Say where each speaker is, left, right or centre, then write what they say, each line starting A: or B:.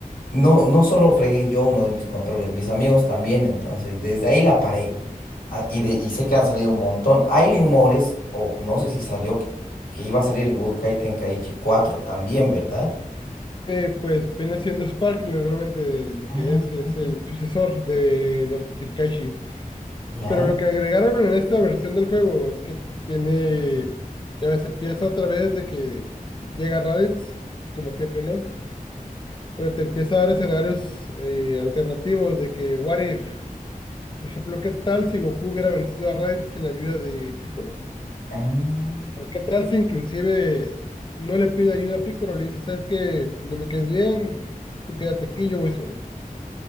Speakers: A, on the left (about 70°); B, on the left (about 30°).
A: no, no solo fregué yo uno de mis controles, mis amigos también, entonces desde ahí la paré. Ah, y, de, y sé que han salido un montón. Hay rumores, o no sé si salió, que, que iba a salir el Budokai Tenkaichi cuatro también, ¿verdad?
B: Eh, pues viene siendo Sparkling realmente lo
A: Ah,
B: que es, es el sucesor de los Tenkaichi.
A: ya.
B: Pero lo que agregaron en esta versión del juego es que tiene, ya ves, empieza otra vez de que llega Raditz, como siempre, ¿no? Pero te empieza a dar escenarios eh, alternativos de que, what if, por ejemplo, ¿qué tal si Goku hubiera vencido a Raditz sin la ayuda de Piccolo?
A: Ah,
B: O sea, ¿qué tal si inclusive no le pide ayuda a Piccolo? Le dice, ¿sabes qué? No me quedes bien, tú quédate aquí, yo voy solo.